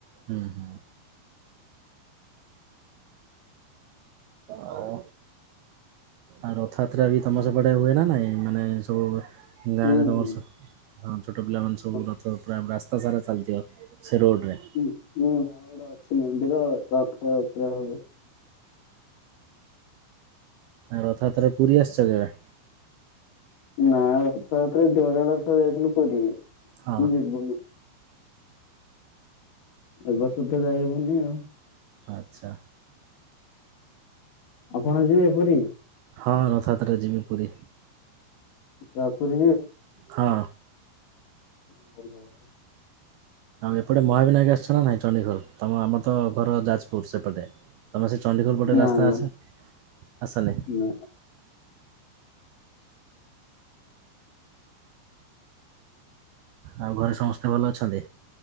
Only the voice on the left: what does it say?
<inaudible>
ହୁଁ
ହୁଁ।
ହଁ,
ହଁ ହଁ ଆଉ ଗୋଟେ ଅଛି ମନ୍ଦି ରଥଯାତ୍ରା ହୁଏ।
ନା ରଥଯାତ୍ରା <unintelligible> ଯଥିଲୁ ପୁରୀ <unintelligible>
ଏ ବର୍ଷ ତ ଯାଇହବନି ଆଉ।
ଆପଣ ଯିବେ ପୁରୀ।
ଆ, ପୁରୀ
ହୁଁ ଭଲକଥା।
ନା
ନା
ନା